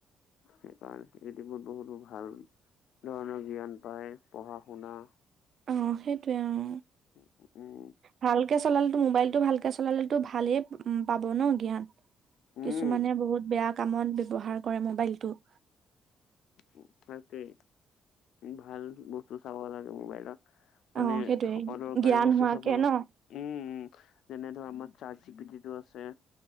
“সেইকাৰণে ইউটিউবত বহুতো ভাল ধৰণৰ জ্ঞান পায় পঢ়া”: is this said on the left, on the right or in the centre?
Left